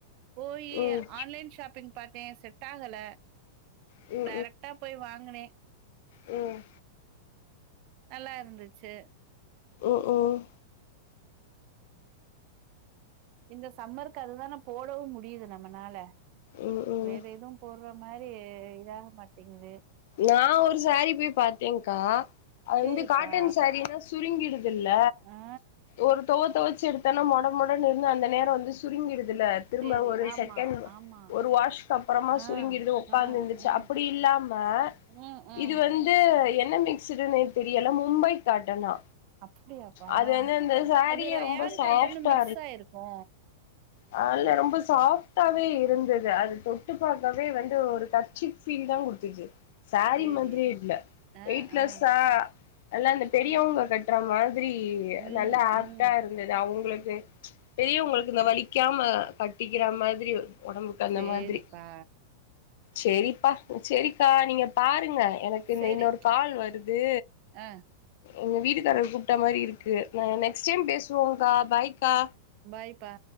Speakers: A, on the right; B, on the left.
A: போயி
B: ம் ம் ம்
A: ஆன்லைன் ஷாப்பிங் பாத்தே செட்டா சல
B: ம்
A: டேரைக்டா போய் வாங்குனே
B: ம்
A: நல்லா இருந்துச்சு
B: ம் ம்
A: இந்த சம்மருக்கு அதுதான போடவு முடிது நம்மனால
B: ம் ம்
A: வேற எதுவு போ ட்ற மாரி இதாக மாட்டேங்குது
B: நா ஒரு சாரீ போய் பாத்தேங்க்கா அது
A: சேரிப்பா
B: வந்து காட்டன் சாரீனா சுருங்கிடு துல்ல
A: ஆ
B: ஒரு தொவ தொவச்சு எடுத்தோனா மொடமொடன்னு இருந்து அந்த நேரோ வந்து சுருங்கிடு துல திரும்ப
A: சேரி
B: ஒரு
A: ஆமா
B: செகண்ட்
A: ஆமா
B: ஒரு வாஷ்க்கு அப்புறமா
A: ஆ
B: சுருங்கிடுது ஒக்காந்து
A: ஆ
B: எந்துருச்சா
A: ஆ
B: அப்டி இல்லாம ம
A: ம் ம்
B: இது வந்து து என்ன மிக்ஸ்டுனே தெரியல மும்பை காட்டனா
A: அப்டியாப்பா
B: அது வந்து அந்த சாரியே
A: அது ரேயான்
B: ரொம்ப சாஃப்டா
A: காட்டன்னு மிக்ஸ் ஆயிருக்கு
B: ஆ, இல்ல ரொம்ப சாஃப்டாவே இருந்துது அத தொட்டு பாக்கவே வந்து ஒரு டர்சி ஃபீல்தா குடு த்துது சாரீ
A: சேரி
B: மாதிரி இல்ல
A: ஆ
B: வெயிட்லெஸ்சா
A: ஆ
B: நல்லா அந்த பெரியவங்க கட்டுற மா திரி
A: ம்
B: நல்ல ஆக்டா
A: ம்
B: இருந்தது அவங்களுக் கு பெரியவங்களுக்கு இந்த வலிக்காம கட்டிக்கிற மாதிரி ஒடம்புக்கு அந்த
A: சேரிப்பா
B: மாதிரி சேரிப்பா சேரிக்கா நீங்க பா ருங்க எனக்கு
A: சேரி
B: இந்த இன்னொரு கால் வருது
A: ஆ
B: எங்க வீட்டுக்காரர் கூப்பிட்ட மாரி இருக்கு நா நெக்ஸ்ட் டைம் பேசுவோங்கா பாய்க்கா
A: பாய்ப்பா